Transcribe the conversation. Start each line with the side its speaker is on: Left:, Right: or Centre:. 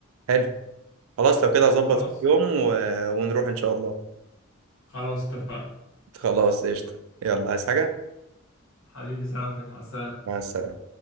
Right: حلو خلاص لو كده هظبط
Left: خلاص
Right: في يوم و... ونروح إن شاء الله
Left: خلاص اتفقنا
Right: خلاص قشطة يلا عايز حاجة
Left: حبيبي سلامتك مع السلامة
Right: مع السلامة